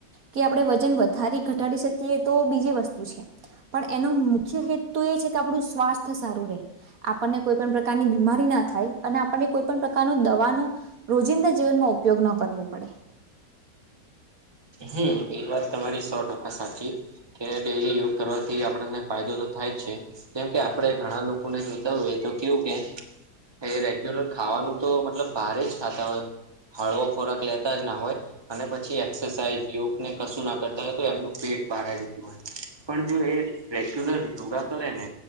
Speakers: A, on the right; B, on the right.
A: કે આપણે વજન વધારે ઘટાડી શકીએ તો બીજી વસ્તુ છે. પણ એનો મુખ્ય હેતુ એ છે કે આપણું સ્વાસ્થ સારું રહે આપણને કોઈ પણણ પ્રકારની બીમારી ના થાય અને આપણને કોઈ પણ પ્રકારનું દવાનું. રોજિંદા જીવનમાં ઉપયોગ ન કરવો પડે.
B: હમ એ વાત તમારી સો ટકા સાચી. કે ડેલી યોગ કરવાથી આપણને ફાયદો તો થાય જ છે. કેમ કે આપણે ઘણા લોકોને જોતા હોયએ તો કેવું કે. એ રેગ્યુલર ખાવાનું તો મતલબ બારે જ ખાતા હોય હળવો ખોરાક લેતા જ ના હોય અને પછી એક્સરસાઇઝ યોગને કશું ના કરતા હોય તો એમનું પેટ બહાર આવી ગયું હોય પણ જો એ રેગ્યુલર યોગા કરે ને